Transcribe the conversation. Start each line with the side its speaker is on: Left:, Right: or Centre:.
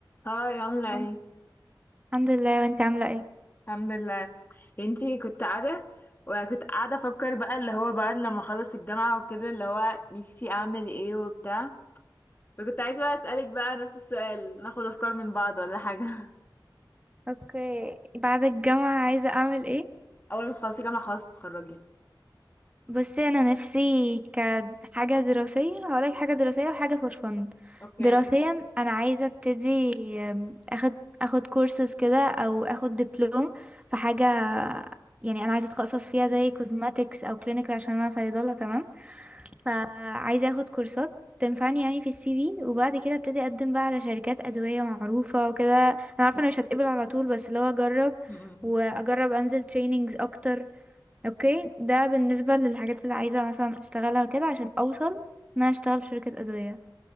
Left: هاي عاملة
Right: الحمد
Left: ايه؟
Right: الحمد لله وانت عاملة ايه
Left: الحمد لله انتي كنت قاعدة وكنت قاعدة افكر بقى اللي هو بعد لما اخلص الجامعة وكده اللي هو نفسي اعمل ايه وبتاع فكنت عايزة بقى اسألك بقى نفس السؤال ناخد افكار من بعض ولا حاجة <laughs>
Right: اوكي بعد الجامعة عايزة اعمل ايه
Left: اول ما تخلصي جامعة خلاص تتخرجي
Right: بصي انا نفسي كحاجة دراسية هقولك حاجة دراسية وحاجة فور فن
Left: اوكي
Right: دراسيا
Left: ماشي
Right: انا عايزة ابتدي ام، اخد اخد كورسز كده او اخد دبلوم في حاجة يعني انا عايزة اتخصص فيها زي كوزماتكس او كلينيكال عشان انا صيدلة تمام فعايزة اخد كورسات تنفعني يعني في السي في وبعد كده ابتدي اقدم بقى على شركات ادوية معروفة وكده انا عارفة انا مش هتقبل على طول بس لو اجرب
Left: م- م-
Right: واجرب
Left: م.
Right: انزل تريننجز اكتر اوكي ده بالنسبة للحاجات اللي عايزة مثلا اشتغلها وكده عشان اوصل ان انا اشتغل في شركة ادوية